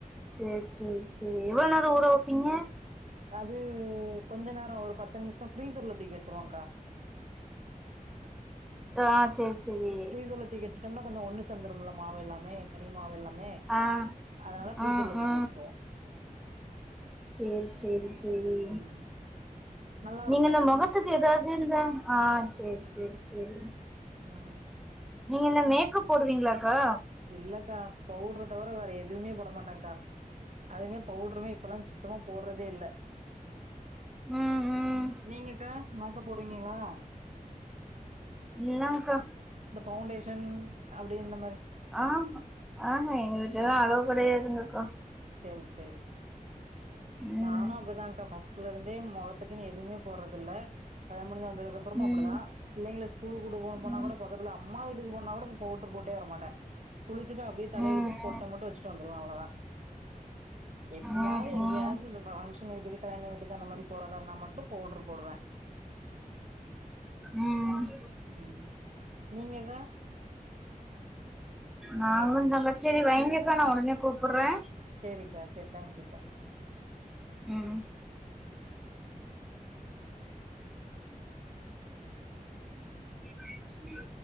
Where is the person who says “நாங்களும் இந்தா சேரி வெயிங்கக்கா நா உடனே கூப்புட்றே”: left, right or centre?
Centre